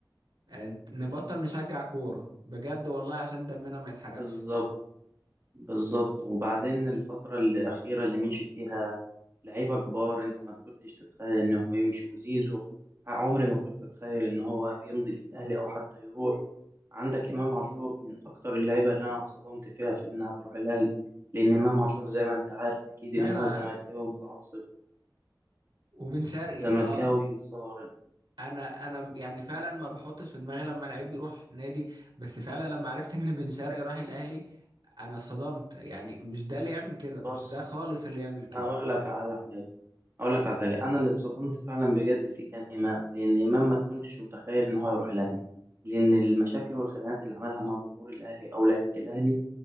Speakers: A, on the right (about 80°); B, on the right (about 35°).
A: آه، نبطل نشجع كوره بجد والله عشان دمنا ما يتحرقش
B: بالظبط بالظبط وبعدين الفترة الأخيرة اللي مشي فيها لعيبة كبار أنت ما كنتش تتخيل إنهم يمشوا زيزو عمري ما كنت أتخيل إن هو يمضي للأهلي أو حتى يروح عندك إمام عاشور من أكتر اللعيبة اللي أنا اتصدمت فيها في إنها تروح الأهلي لأن إمام عاشور زي ما أنت عارف أكيد إن
A: ايوه
B: هو زملكاوي متعصب
A: وبن شرقي
B: زملكاوي
A: اه
B: صارم
A: انا انا يعني فعلا ما بحطش في دماغي لما لعيب يروح نادي بس فعلا لما عرفت ان بن شرقي راح الاهلي انا صدمت يعني مش ده اللي يعمل كده مش
B: بس
A: ده خالص اللي يعمل كده
B: هقول لك على حاجة هقول لك على حاجة أنا اللي اتصدمت فعلا بجد فيه كان إمام لأن إمام ما كنتش متخيل إن هو يروح الأهلي لأن المشاكل والخناقات اللي عملها مع جمهور الأهلي أو لعيبة الأهلي